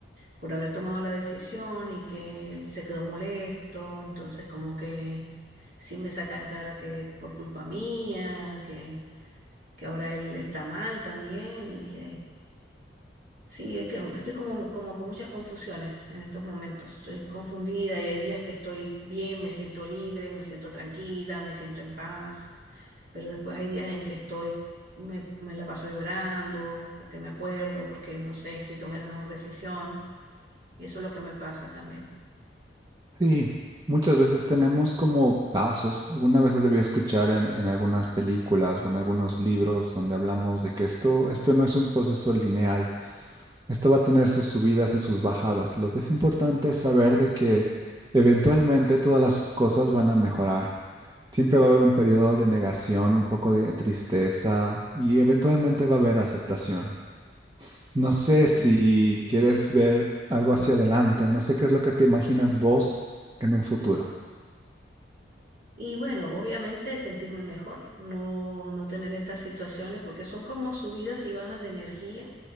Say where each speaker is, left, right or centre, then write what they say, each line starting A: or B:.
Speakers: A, on the right (about 50°); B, on the right (about 20°).
A: por haber tomado la decisión y que él se quedó molesto, entonces como que sí me sacan cara que por culpa mía, que, que ahora él está mal también y que Sí, es que que estoy como, como con muchas confusiones en estos momentos. Estoy confundida y hay días que estoy bien, me siento libre, me siento tranquila, me siento en paz, pero después hay días en que estoy, me, me la paso llorando porque me acuerdo, porque no sé si tomé la mejor decisión y eso es lo que me pasa también.
B: Sí, muchas veces tenemos como pasos. Algunas veces debí escuchar en, en algunas películas o en algunos libros donde hablamos de que esto, esto no es un proceso lineal. Esto va a tener sus subidas y sus bajadas. Lo que es importante es saber de que eventualmente todas las cosas van a mejorar. Siempre va a haber un periodo de negación, un poco de tristeza
A: Mm.
B: y eventualmente va a haber aceptación. No sé si
A: Y- Mm.
B: quieres ver algo hacia adelante. No sé qué es lo que te imaginas vos en un futuro.
A: Y bueno, obviamente sentirme mejor, no, no tener estas situaciones, porque son como subidas y bajas de energía,